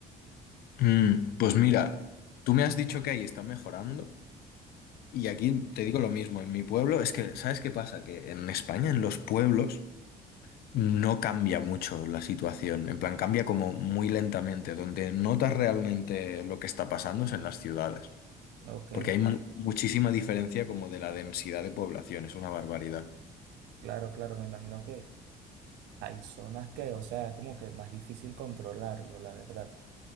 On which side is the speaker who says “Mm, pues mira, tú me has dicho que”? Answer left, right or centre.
Left